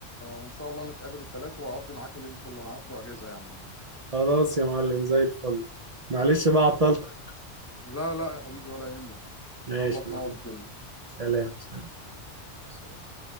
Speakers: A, on the left (about 25°); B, on the right (about 45°).
A: وإن شاء الله نتقابل الثلاث وأقضي معاك اليوم كله أنا هاخده أجازة يعني
B: خلاص يا معلم زي الفل معلش بقى عطلتك
A: لا لا يا حبيبي ولا يهمك ان
B: ماشي
A: شاء الله تنور الدنيا
B: سلام سلام
A: مع السلامة